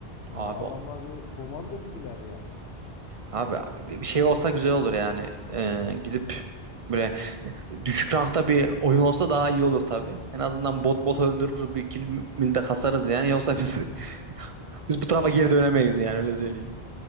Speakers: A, on the left; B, on the right.
A: Ee,
B: Abi
A: adamlar
B: o-
A: böyle komando gibiler yani.
B: abi bir bir şey olsa güzel olur yani. Ee, gidip böyle e, düşük rankta bir oyun olsa daha iyi olur tabii. En azından bot bot öldürür bir kill mil de kasarız yani. Yoksa biz <laughs> biz bu tarafa geri dönemeyiz yani öyle söyleyeyim.